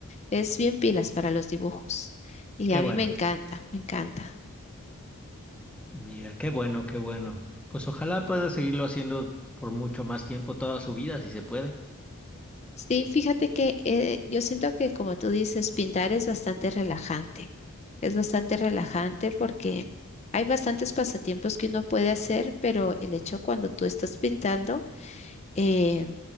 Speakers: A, on the left (about 30°); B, in the centre.
A: es bien pilas para los dibujos. Y
B: Qué
A: a
B: bueno.
A: mí me encanta, me encanta.
B: Mira, qué bueno, qué bueno. Pues ojalá pueda seguirlo haciendo por mucho más tiempo, toda su vida, si se puede.
A: Sí, fíjate que eh, yo siento que como tú dices, pintar es bastante relajante. Es bastante relajante porque hay bastantes pasatiempos que uno puede hacer, pero el hecho cuando tú estás pintando, eh,